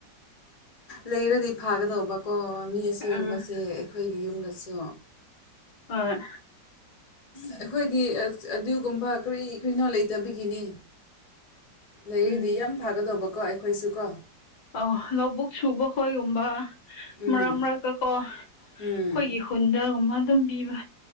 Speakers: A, on the left; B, on the left.
A: ꯂꯩꯔꯗꯤ ꯐꯥꯒꯗꯧꯕ ꯀꯣ ꯃꯤ ꯑꯁꯤꯒꯨꯝꯕꯁꯦ
B: ꯑꯥ
A: ꯑꯩꯈꯣꯏꯒꯤ ꯌꯨꯝꯗꯁꯨ
B: ꯍꯣꯏ
A: ꯑꯩꯈꯣꯏꯗꯤ ꯑꯗꯨꯒꯨꯝꯕ ꯀꯔꯤ ꯀꯔꯤꯅꯣ ꯂꯩꯇꯕꯒꯤꯅꯤ ꯂꯩꯔꯤꯗꯤ
B: ꯎꯝ
A: ꯌꯥꯝ ꯐꯥꯒꯗꯧꯕꯀꯣ ꯑꯩꯈꯣꯏꯁꯨ ꯀꯣ
B: ꯑ ꯂꯧꯕꯨꯛ ꯁꯨꯕ ꯈꯣꯏꯒꯨꯝꯕ
A: ꯎꯝ
B: ꯃꯔꯛ ꯃꯔꯛꯇ ꯀꯣ ꯑꯩꯈꯣꯏꯒꯤ
A: ꯎꯝ
B: ꯀꯨꯟꯗꯒꯨꯝꯕ ꯑꯗꯨꯝ ꯄꯤꯕ